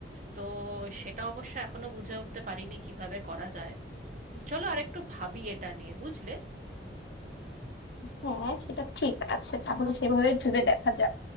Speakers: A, on the right (about 45°); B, on the left (about 75°).
A: তো সেটা অবশ্য এখনো বুঝে উঠতে পারিনি কিভাবে করা যায় চলো আরেকটু ভাবি এটা নিয়ে বুঝলে
B: হ্যাঁ সেটা ঠিক আছে তাহলে সেভাবে ভেবে দেখা যাক